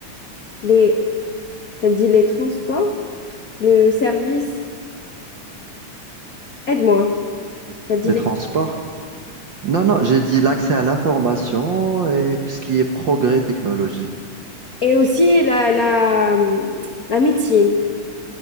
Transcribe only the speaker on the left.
les... t'as dit les transports, le service, aide-moi, t'as dit
les...
Et aussi la, la, hum, la médecine.